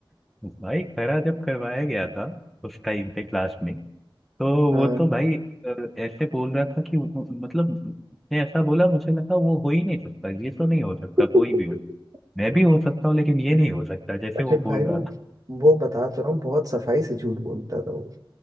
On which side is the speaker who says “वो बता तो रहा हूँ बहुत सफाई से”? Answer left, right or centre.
Right